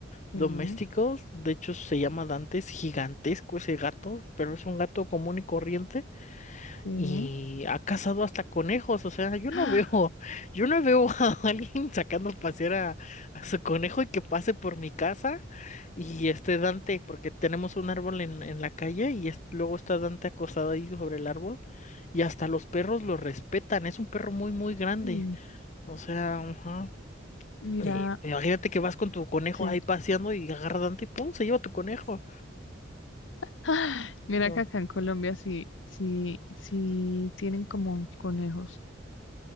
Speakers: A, on the left; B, on the left.
A: Sí,
B: doméstico, de hecho se llama Dante, es gigantesco ese gato, pero es un gato común y corriente.
A: sí.
B: Y ha cazado hasta conejos, o sea, yo
A: <gasps>
B: no veo, <laughs> yo no veo a <laughs> alguien sacando a pasear a, a su conejo y que pase por mi casa y esté Dante, porque tenemos un árbol en, en la calle y es- luego está Dante acostado ahí sobre el árbol y hasta los perros lo respetan, es un perro muy, muy grande,
A: Uy,
B: o sea, ajá.
A: mira,
B: Y imagínate que vas con tu conejo
A: sí.
B: ahí paseando y agarra a Dante y ¡pum! se lleva tu conejo.
A: Ah, Mira
B: Ujú,
A: que acá en Colombia sí, sí, sí tienen como conejos.